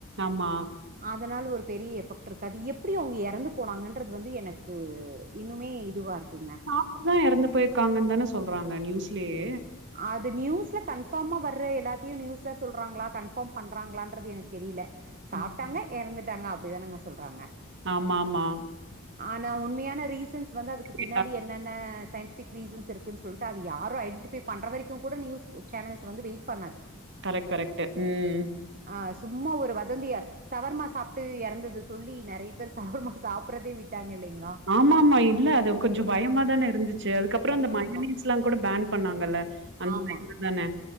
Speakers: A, on the right; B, on the right.
A: ஆமா
B: அதனால ஒரு பெரிய எஃபெக்ட் இருக்காது எப்டி அவ்ங்க எறந்து போனாங்கன்றது வந்து எனக்கு இன்னுமே இதுவா இருக்குங்க
A: அப்டிதா எறந்து போயிருக்காங்கன் தான சொல்றாங்க நியூஸ்லயே
B: அது நியூஸ்ல கன்ஃபார்மா வர்ற எல்லாத்தையு நியூஸ்ல சொல்றாங்களா கன்ஃபார்ம் பண்றாங்களான்றது எனக்கு தெரியல சாப்ட்டாங்க
A: ம்.
B: எறந்துட்டாங்க அப்டிதானங்க சொல்றாங்க
A: ஆமாம்மா
B: ஆனா உண்மையான ரீசன்ஸ் வந்து அதுக்கு பின்னாடி
A: கேட்டா
B: என் னென்ன சயின்டிஃபிக் ரீசன்ஸ் இருக்குன் சொல்ட்டு அது யாரு ஐடன்டிஃபை பண்ற வரைக்கு கூட நியூஸ் சேனல்ஸ் வந்து வெயிட் பண்ணாது
A: கரெக்ட் கரெக்ட்டு ம்
B: ஆ சும்மா ஒரு வதந்திய சவர்மா சாப் ட்டு எறந்தத சொல்லி நெறைய பேர் சவர்மா சாப்பிட்றதே விட்டாங்க இல்லைங்ளா
A: ஆமாம்மா இல்ல அது கொஞ்ச பயமா தான இருந்துச்சு அதுக்கப்றோ அந்த மையோனீஸ்லா
B: ஆமா
A: கூட பேன் பண்ணாங்கள்ல அந்த
B: ஆமா
A: டைம்ல தானே